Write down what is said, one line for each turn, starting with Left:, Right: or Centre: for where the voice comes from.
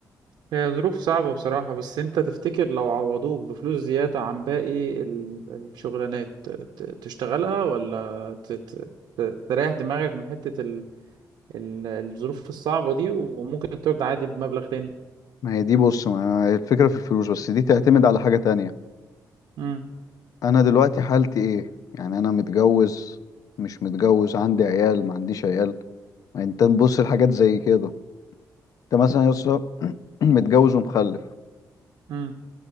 Right: هي ظروف صعبة بصراحة بس انت تفتكر لو عوضوك بفلوس زيادة عن باقي ال- الشغلانات ت- ت- تشتغلها ولا ت- ت- ت- تريح دماغك من حتة ال- ال- الظروف الصعبة دي وممكن ترضى عادي بمبلغ تاني
Left: ما هي دي بص ما هي الفكرة في الفلوس بس دي تعتمد على حاجة تانية
Right: امم
Left: انا دلوقتي حالتي ايه يعني انا متجوز مش متجوز عندي عيال ما عنديش عيال يعني انت تبص لحاجات زي كده انت مثلا يا اسطى <clears throat> متجوز ومخلف
Right: امم